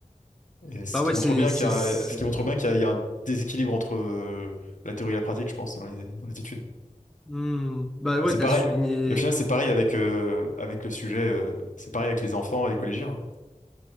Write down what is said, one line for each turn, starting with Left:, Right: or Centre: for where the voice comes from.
Centre: <laughs>
Left: Et ce
Centre: bah
Left: qui
Centre: ouais,
Left: montre
Centre: c'est,
Left: bien
Centre: c'est,
Left: qu'il y a,
Centre: c'est...
Left: ce qui montre bien qu'il y a, il y a un déséquilibre entre euh, la théorie et la pratique, je pense, dans les, dans les études.
Centre: Hmm. Bah ouais,
Left: Mais c'est
Centre: t'as
Left: pareil.
Centre: souligné...
Left: Mais au final, c'est pareil avec, euh, avec le sujet. euh, c'est pareil avec les enfants et les collégiens. hein.